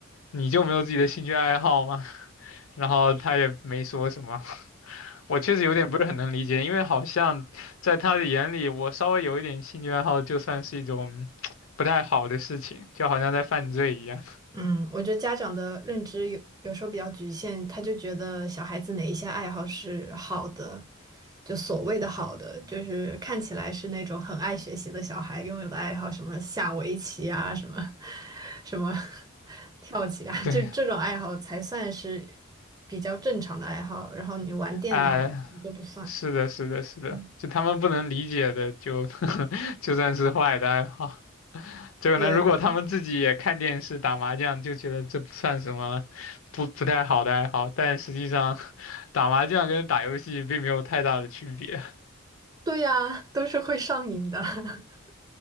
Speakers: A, on the left; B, on the right.
A: 你就没有自己的兴趣爱好吗？<laughs> 然后他也没说什么。<laughs> 我确实有点不是很能理解，因为好像在他的眼里，我稍微有一点兴趣爱好就算是一种 <tsk> 不太好的事情，就好像在犯罪一样。<laughs>
B: 嗯，我觉得家长的认知有有时候比较局限，他就觉得小孩子哪一些爱好是好的，就所谓的好的，就是看起来是那种很爱学习的小孩拥有的爱好，什么下围棋啊，什么什么 <laughs> 跳棋啊，
A: 对。
B: 就这种爱好才算是比较正常的爱好。然后你玩电脑就不算。
A: 哎，是的，是的，是的，
B: 嗯，
A: 就他们不能理解的就，<laughs> 就算是坏的爱好。就可能如果他们自己也看电视、
B: 对的，
A: 打麻将，就觉得这不算什么不不太好的爱好。但实际上，打麻将跟打游戏并没有太大的区别。
B: 对呀，都是会上瘾的。<laughs>